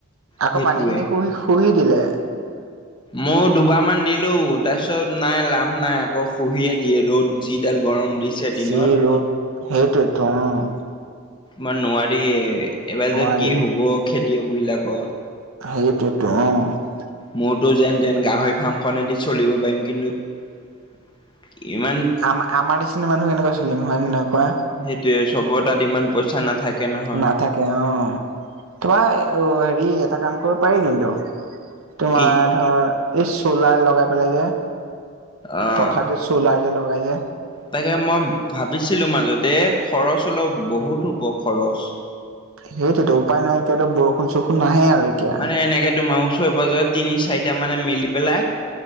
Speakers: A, on the right (about 70°); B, on the left (about 20°).
A: আকৌ
B: সেইটোৱে।
A: পানী খিনি শুহি-শুহি দিলে।
B: মহ দুবাৰ মান দিলো, তাৰপিছত নাই লাভ নাই আকৌ খুহিয়ে দিযে ৰ'দ যিডাল গৰম দিছে দিনত।
A: চি ৰ'দ সেইটোৱেটো, অঁ।
B: মই নোৱাৰি, এইবাৰ
A: নোৱাৰি
B: যে কি হ'ব খেতিয়ক বিলাক।
A: সেইটোৱেতো অঁহ।
B: মোৰতো যেন-তেন গাহৰি ফাৰ্মখনেদি চলিব পাৰিম, কিন্তু ইমান
A: আম আমৰ নিচিনা মানুহ কেনেকুৱৈ চলিম হয়ন নহয় কোৱা?
B: সেইটোৱে চবৰ তা'ত ইমান পইচা নাথাকে নহয়
A: নাথাকে অঁহ। তোমাৰ অ হেৰি এটা কাম কৰিব পাৰি কিন্তু। তোমাৰ
B: কি
A: ধৰ এই চলাৰ লগাই পেলাই যে,
B: আহ
A: পথাৰতে চলাৰযে লগাই যে।
B: তাকে মই ভাবিছিলো মাজতে, খৰচ অলপ বহুত হ'ব খৰচ।
A: সেইটোতো উপায় নাই এতিয়াতো বৰষুণ-চৰষুণ নাহে আৰু এতিয়া
B: মানে এনেকে তোমাৰ ওচৰে-পাজৰে তিনি-চাৰিটা মানে মিলি পেলাই